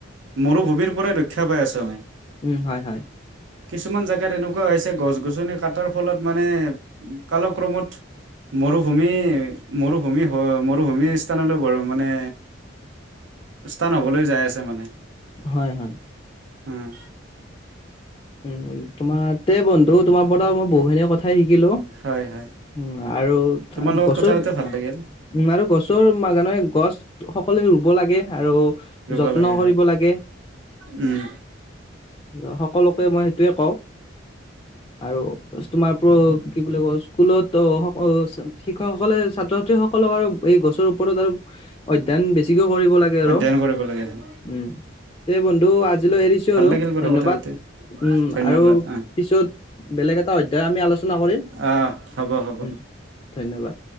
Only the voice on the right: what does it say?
মৰুভূমিৰ পৰাই ৰক্ষা পাই আছোঁ আমি।
কিছুমান জাগাত এনেকুৱা হৈছে গছ - গছনি কাটাৰ ফলত মানে কালক্ৰমত মৰুভূমি, মৰুভূমি হয় মৰুভূমি স্থানলৈ গ'ল মানে স্থান হবলৈ যাই আছে মানে।
উম।
হয় হয়
তোমাৰ
লগত
কথা পাতি ভাল
লাগিল
ৰুব
লাগে হয়
উম।
অধ্যয়ন কৰিব লাগে হয়।
ভাল
লাগিল বাৰু
কথা পাতি
ধন্যবাদ
আহ
আহ হ'ব হ'ব